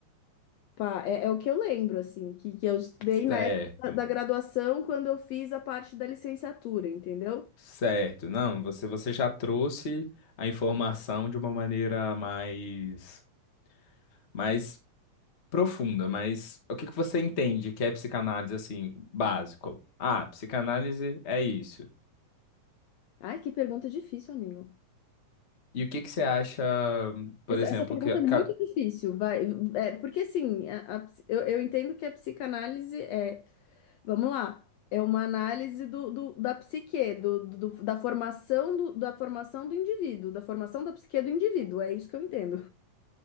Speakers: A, on the left (about 80°); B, on the left (about 50°).
A: Pá, é, é o que eu lembro, assim, que, que eu estudei
B: certo.
A: na época da, da graduação, quando eu fiz a parte da licenciatura, entendeu?
B: Certo, não, você, você já trouxe a informação de uma maneira mais, mais profunda, mas o que que você entende que é psicanálise assim, básico? Ah, psicanálise é isso.
A: Ai, que pergunta difícil, amigo.
B: E o que que você acha, por
A: Essa,
B: exemplo,
A: essa pergunta
B: que,
A: é muito
B: ca-
A: difícil, vai. É, porque assim, a- a ps- eu, eu entendo que a psicanálise é Vamos lá. É uma análise do, do- da psique, do, do- da formação do, da formação do indivíduo, da formação da psique do indivíduo. É isso que eu entendo.